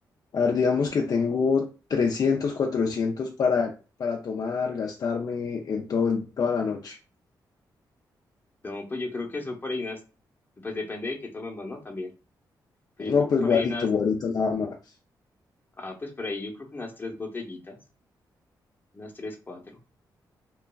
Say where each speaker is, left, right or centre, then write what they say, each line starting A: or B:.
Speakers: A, on the left; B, on the left.
A: A ver, digamos que tengo 300, 400 para, para tomar, gastarme en todo, el- toda la noche.
B: No, pues yo creo que eso por ahí unas, pues depende de qué tomemos, ¿no? También. Pues
A: No,
B: yo creo que
A: pues
B: por
A: guarito,
B: ahí unas,
A: guarito nada más.
B: ah, pues por ahí yo creo que unas tres botellitas, unas tres, cuatro,